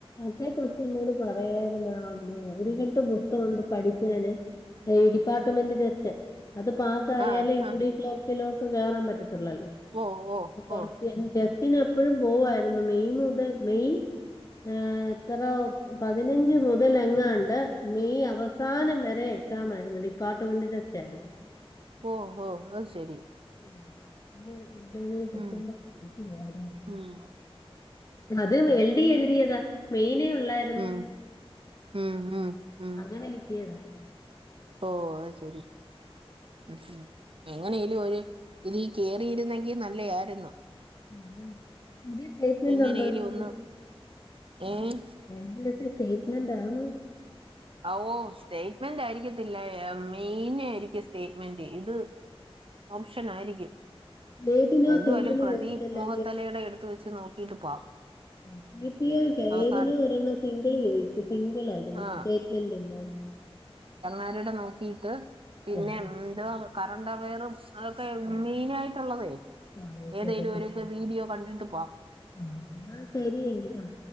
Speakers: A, on the left; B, on the right.
A: മറ്റെ കൊച്ച് എന്നോട് പറയാരുന്നു ആ ഒരു കെട്ട് പുസ്തകമുണ്ട് പഠിക്കാന് ഈ ഡിപ്പാർട്ട്മെന്റ് ടെസ്റ്റ്. അത് പാസ്സായാലെ
B: ആഹ്
A: യു
B: ആഹ്
A: ഡി ക്ലർക്കിലോട്ട് കേറാൻ പറ്റത് ത്ത്ള്ളല്ലോ.
B: ഓ ഓ
A: അപ്പം കുറച്ചെ
B: ഓ
A: ടെസ്റ്റിന് എപ്പോഴും പോവായിരുന്നു മെയ് മുതൽ മെയ് ഏ എത്ര പതിനഞ്ച് മുതൽ എങ്ങാണ്ട് മെയ് അവസാനം വരെ എക്സാം ആയിരുന്നു ഡിപ്പാർട്ട്മെന്റ് ടെസ്റ്റ് ആയിരുന്നു
B: ഓ ഹോ അതു ശരി
A: ആ പിന്നെ എന്തെങ്കിലും
B: ഉം
A: <unintelligible> ഇരിക്കയാരുന്നു.
B: ഉം
A: അത് എൽ ഡി എഴുതിയതാ. മെയിന് ഒള്ളാരുന്നു.
B: ഉം ഉം ഉം ഉം
A: അങ്ങനെ കിട്ടിയതാ
B: ഓ അതു ശരി ഉം ഉം എങ്ങനെലും ഒരു ഇതി കേറിയിരുന്നെങ്കി നല്ലയാരുന്നു
A: ആ ഇതി സ്റ്റേയിറ്റ്മെന്റ്
B: എങ്ങനെലും
A: ഉണ്ടോ എനിക്ക്
B: ഒന്ന് ഏഹ്
A: എൽ ഡി എഫ് സ്റ്റേറ്റ്മെൻറാണോ
B: ആ ഓ സ്റ്റേറ്റ്മെന്റ് ആയിരിക്കത്തില്ല മെയിന് ആയിരിക്കും സ്റ്റേറ്റ്മെന്റ് ഇത് ഓപ്ഷൻ ആയിരിക്കും
A: ഏതിനോ
B: എന്തുവായാലും
A: സിംഗിള്
B: പ്രതി
A: ചോദിച്ചല്ലോ
B: മുഹത്തലയുടെ എടുത്ത് വെച്ച് നോക്കിട്ട് പോവാം
A: ഉം. ഇ പി ഓ ക്കാ
B: അവസാനം
A: ഏതിനോ ഒരെണ്ണ സീ സി ചോദിച്ചു സിംഗിൾ ആരുന്നു
B: ആ
A: സ്റ്റേറ്റ്മെന്റില്ലാതെ
B: ആരടെ നോക്കിട്ട്
A: ഇല്ലായിരുന്നു
B: പിന്നെ എന്തുവാ കറണ്ട് അവെയറും അതൊക്കെ മെയിൻ ആയിട്ടുള്ളതേ
A: ആ നോക്കിട്ടൊക്കെ
B: ഏതെലും ഒരുക്ക്
A: പോ
B: വീഡിയോ കണ്ടിട്ട് പാം
A: ആ എന്നാ ശരിയെങ്കിൽ ആ